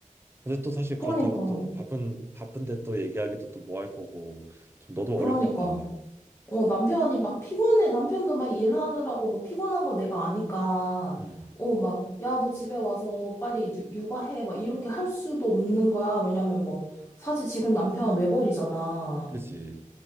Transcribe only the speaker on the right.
근데 또 사실
그렇다고 또 바쁜, 바쁜데 또 얘기하기도 또 뭐 할 거고. 좀 너도
어렵겠다.
음.
그지.